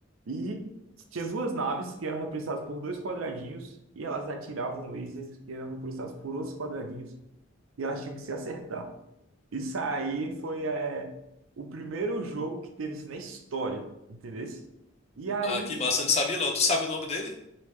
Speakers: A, on the right (about 80°); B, on the left (about 30°).
A: E tinha duas naves que eram representadas por dois quadradinhos, e elas atiravam lasers que eram representados por outros quadradinhos, e elas tinham que se acertar. Isso aí foi é, o primeiro jogo que teve isso na história, entendeu? E aí
B: Ah, que massa, eu não sabia não. Tu sabe o nome dele?